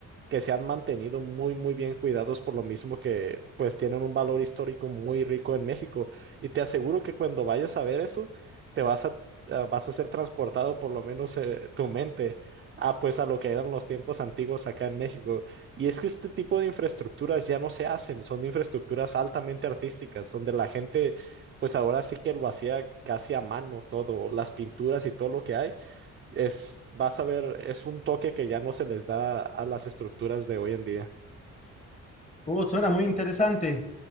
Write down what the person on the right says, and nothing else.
que se han mantenido muy, muy bien cuidados por lo mismo que pues tienen un valor histórico muy rico en México. Y te aseguro que cuando vayas a ver eso, te vas a, a- vas a ser transportado por lo menos eh, tu mente a pues a lo que eran los tiempos antiguos acá en México. Y es que este tipo de infraestructuras ya no se hacen, son infraestructuras altamente artísticas, donde la gente pues ahora sí que lo hacía casi a mano todo, las pinturas y todo lo que hay es, vas a ver, es un toque que ya no se les da a las estructuras de hoy en día.